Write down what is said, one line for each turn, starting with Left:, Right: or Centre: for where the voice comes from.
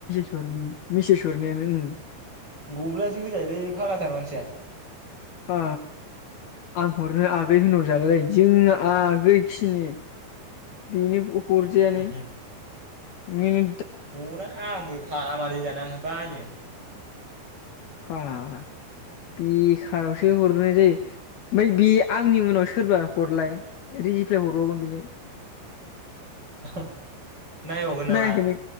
Left: मिसेस हरनायानो ओं
Right: गब्लायासो होजायोलै फाग्लाथार मानसिया
Left: ओ आं हरनो आगै होनहरजागोनलाय जों आगै खिनि बेनो हरजायानो
Right: उमहो
Left: मिनि
Right: हरा आंबो खालामालै दाना ओंखायनो बायो आं
Left: <unintelligible> बेखारावसे हरनाय जायो ओमफ्राय बे आंनि उनाव सोरबा हरलाय रिप्लाय हरबावगोन बेनो
Right: <inaudible> नायबावगोन नामा
Left: नायाखै नों